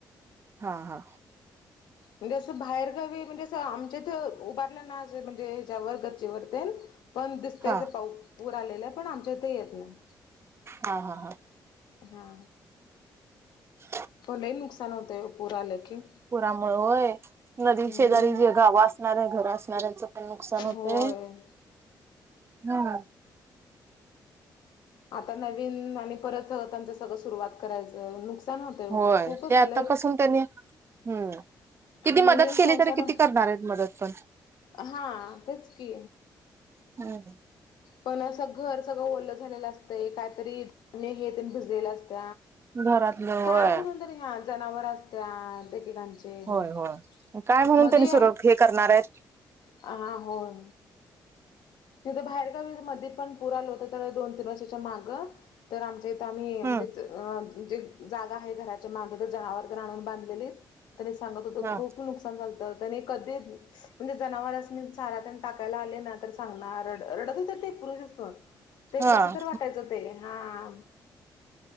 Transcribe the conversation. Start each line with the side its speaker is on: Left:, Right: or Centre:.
Right: हा हा.
Left: म्हणजे असं बाहेरगावी म्हणजे असं आमच्या इथ उभारलं ना म्हणजे ह्याच्यावर गच्चीवर ते पण दिसतयस
Right: हा
Left: पा पूर आलेला आहे पण आमच्या इथे येत नाही.
Right: हा हा हा
Left: हा.
Right: <unintelligible>
Left: हो लय नुकसान होतंय पूर आल की.
Right: पुरामुळे होय नदी
Left: हम्म
Right: शेजारी जे गाव असणार आहे घर असणाऱ्यांच नुकसान होते
Left: होय
Right: हम्म.
Left: आता नवीन आणि परत त्यांंच सगळं सुरुवात करायचं नुकसान नुकसान होतं
Right: होय
Left: ते खूपच
Right: आतापासून
Left: लई
Right: त्यांनी हम्म किती
Left: नवीन
Right: मदत केली
Left: संसार
Right: तरी किती करणार आहेत मदत पण
Left: हा तेच कि.
Right: <unintelligible>
Left: पण असं घर सगळं ओलं झालेलं असतंय काहीतरी भिजलेले असत
Right: घरातलं
Left: काय
Right: होय
Left: म्हणून ह्या जनावर असत्या एक एकाचे ते
Right: होय होय काय म्हणून
Left: मध्ये
Right: त्यांनी सुर हे करणार आहेत
Left: ह होय. तिथं बाहेरगावी मध्ये पण पुर आलं होतं तर दोन तीन वर्षाच्या मागं तर आमच्या इथं आम्ही म्हणजे
Right: हम्म.
Left: जे जागा आहे घराच्या मागे तर जनावर तर आणून बांधलेली त्यां सांगत होत
Right: हा
Left: खूप नुकसान झाल त कधी त्यांनी कधी म्हणजे जनावरांसनी चारा टाकायला आले ना सांगणार रडत तर ते पुरुष असून ते
Right: हा
Left: कस तर वाटायचं ते हा.